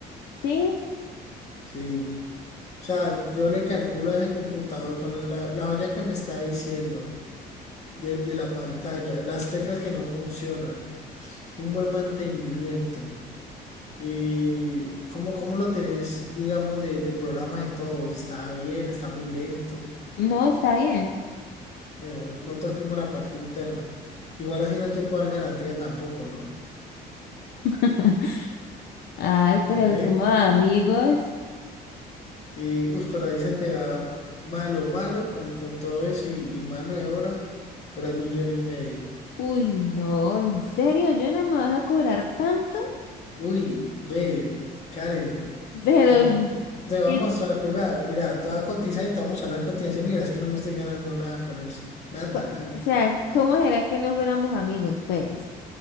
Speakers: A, on the left (about 75°); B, on the left (about 40°).
A: ¿sí?
B: Sí. O sea, yo le calculo a ese computador con la, la olla que me está diciendo de, de la pantalla, las teclas que no funcionan, un buen mantenimiento. ¿Y cómo, cómo lo tenés, digamos, de, de programas y todo? ¿Está bien? ¿Está muy lento?
A: No, está bien.
B: Bueno, eh, no toquemos la parte interna. Igual así no te puedo dar garantía tampoco, ¿no?
A: <laughs> Ay,
B: Hombre,
A: pero somos amigos.
B: Y, uy, pero ahí se te va malo, malo con, con todo eso y, y mano de obra por ahí millón y medio.
A: Uy, no, ¿en serio? yo ¿Jonah me vas a cobrar tanto?
B: Uy, ve, Karen,
A: <laughs> Pero,
B: te,
A: mm,
B: te vamos
A: ¿qué
B: a, mira, mira, te voy a cotizar y te vamos a la cotización y verás que no me estoy ganando nada con eso. Nada,
A: co-
B: nada.
A: o sea, ¿cómo será que no fuéramos amigos, pues?